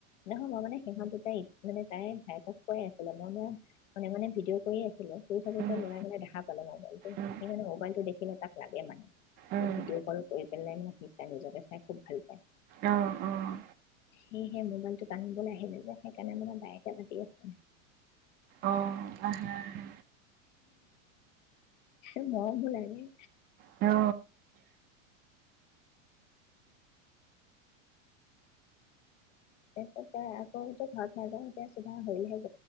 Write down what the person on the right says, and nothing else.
উম,
উম,
উম,
অহ অহ
অ', আহা হা
অ